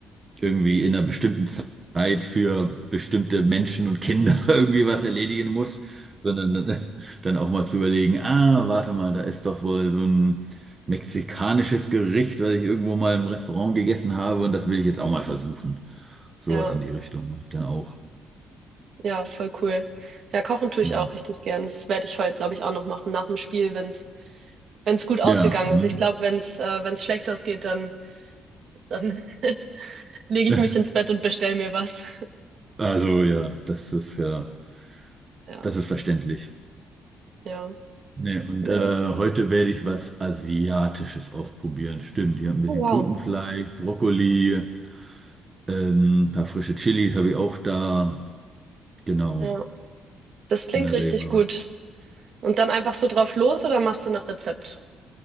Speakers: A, on the right; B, on the right.
A: irgendwie in einer bestimmten Zeit für bestimmte Menschen und Kinder <laughs> irgendwie was erledigen muss, sondern äh, dann auch mal zu überlegen, ah, warte mal, da ist doch wohl so ein mexikanisches Gericht, was ich irgendwo mal im Restaurant gegessen habe und das will ich jetzt auch mal versuchen. Sowas
B: ja,
A: in die Richtung mache ich dann auch.
B: ja, voll cool. Ja, kochen tue ich
A: Mhm.
B: auch richtig gern. Das werde ich heute, glaube ich, auch noch machen, nach dem Spiel, wenn's, wenn's gut ausgegangen
A: Ja. mhm.
B: ist. Ich glaube, wenn's, äh, wenn's schlecht ausgeht, dann, dann <laughs> lege
A: <laughs>
B: ich mich ins Bett und bestell mir was.
A: Also ja, das ist ja,
B: Ja,
A: das ist verständlich.
B: ja,
A: Nee, und
B: nee.
A: äh, heute werde ich was Asiatisches ausprobieren. Stimmt, ich habe ein bisschen
B: Oh, wow.
A: Putenfleisch, Brokkoli, ähm, ein paar frische Chilis habe ich auch da. Genau.
B: Ja, das klingt
A: Und dann
B: richtig
A: werde ich mal
B: gut.
A: was.
B: Und dann einfach so drauf los oder machst du nach Rezept?